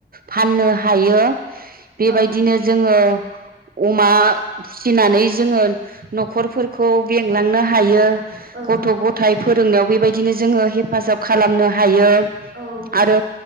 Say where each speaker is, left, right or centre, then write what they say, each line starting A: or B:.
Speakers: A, on the right; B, on the right.
A: फाननो हायो। बेबायदिनो
B: औ
A: जोङो अमा फिसिनानै जोङो न'खरफोरखौ बेंलांनो हायो
B: औ
A: गथ' गथाय फोरोंनायाव बेबाय बिदिनो जोङो हेफाजाब खालामनो हायो
B: औ
A: आरो